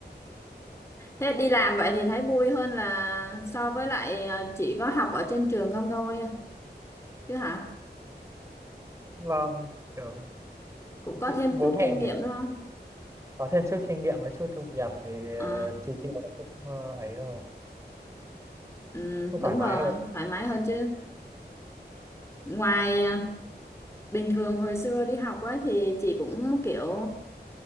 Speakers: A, on the left (about 15°); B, on the right (about 15°).
A: thế đi làm vậy thì thấy vui hơn là so với lại à, chỉ có học ở trên trường không thôi chứ hả
B: Vâng, kiểu
A: cũng có
B: chị-
A: thêm
B: bố
A: chút
B: mẹ
A: kinh nghiệm
B: thì
A: đúng không
B: có thêm chút kinh nghiệm và chút thu nhập thì
A: Ờ,
B: ờ, chi tiêu cũng ờ, ấy hơn,
A: ừ,
B: cũng thoải
A: đúng
B: mái
A: rồi
B: hơn.
A: thoải mái hơn chứ ngoài à, Bình thường hồi xưa đi học á thì chị cũng kiểu